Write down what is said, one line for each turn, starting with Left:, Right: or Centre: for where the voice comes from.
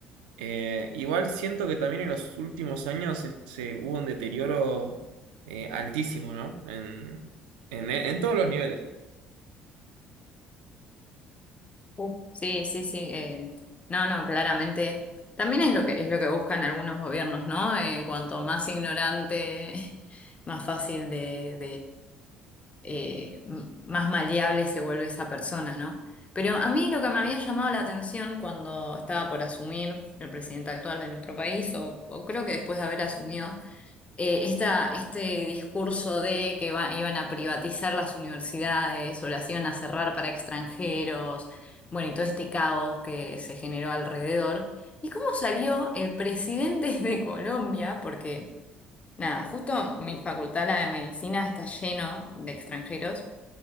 Right: Eh, igual siento que también en los últimos años es- se hubo un deterioro eh, altísimo, ¿no? En, en, en todos los niveles.
Left: Ujú. Sí, sí, sí. eh, no, no, claramente. También es lo que es lo que buscan algunos gobiernos, ¿no? Eh, cuanto más ignorante, <laughs> más fácil de, eh, m- más maleable se vuelve esa persona, ¿no? Pero a mí lo que me había llamado la atención cuando estaba por asumir el presidente actual de nuestro país, o, o creo que después de haber asumido, eh, esta, este discurso de que va- iban a privatizar las universidades o las iban a cerrar para extranjeros, bueno, y todo este caos que se generó alrededor. ¿Y cómo salió el presidente <laughs> de Colombia? Porque, nada, justo mi facultad, la de medicina, está lleno de extranjeros